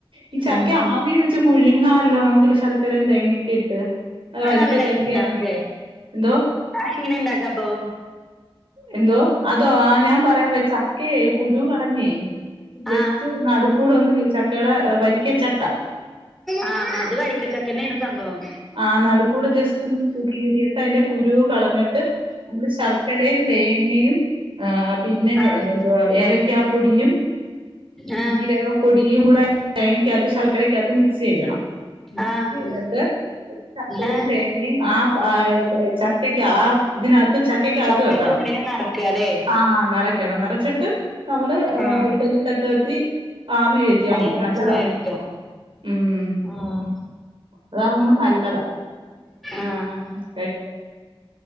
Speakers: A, on the right; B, in the centre.
A: ഈ ചക്ക
B: ഉം
A: ആവീ വെ വച്ച് പുഴുങ്ങാല്ലോ നമുക്ക്ല്ല ശർക്കരയും തേങ്ങയൊക്കെ ഇട്ട് നല്ല
B: അത്
A: വരിക്കച്ചക്കയാണെങ്കി
B: ടേസ്റ്റ് ഉണ്ടാവുംല്ലേ
A: എന്തോ
B: അത് എങ്ങനെ ഇണ്ടാക്കപ്പം
A: എന്തോ അതോ ആഹ് ഞാൻ പറയാവെ ചക്കേ കുരു കള ഇല്ലേ ജസ്റ്റ്
B: ആഹ് ആഹ്
A: നടുക്കൂടെ ഒന്ന് വി ചക്കേടെ വരിക്ക ചക്ക
B: ആഹ് അത് വരിക്കച്ചക്കെന്നേണ് സംഭവം
A: ആഹ് നടുക്കൂടെ ജസ്റ്റ് ഒന്ന് കീറിയിട്ട് അയിന്റെ കുരു കളഞ്ഞിട്ട് നമ്മള് ശർ ശർക്കരയും തേങ്ങയും ഏഹ് പിന്നെ
B: ആഹ്
A: എന്തുവാ ഏലക്കാപ്പൊടിയും
B: ആഹ്
A: ഏലാ പൊടിയും കൂടെ തേങ്ങ ക്കകത്ത് ശർക്കരക്കകത്ത് മിക്സ് ചെയ്യണം
B: ആഹ്
A: എന്നിട്ട് ശർക്കരേം
B: ആഹ്
A: തേങ്ങേം ആ ആഹ് ച ക്കക്കാ ആ ഇതിനകത്ത് ചക്കക്കകത്ത്
B: ചക്കന്റെ
A: വെക്കണം
B: ഉള്ളില് നറക്കാല്ലേ
A: ആഹ് നെറ ക്കണം നിറച്ചിട്ട് നമ്മള് ഏഹ്
B: ആഹ്
A: ഇഡലി തട്ടകത്തി ആവി കേറ്റിയാ
B: അയില്
A: മതി നല്ലതാ
B: വെച്ച് വേവിക്കാം
A: ഉം
B: ആഹ്
A: അതാവുമ്പം നല്ലതാ
B: ആഹ്
A: <unintelligible>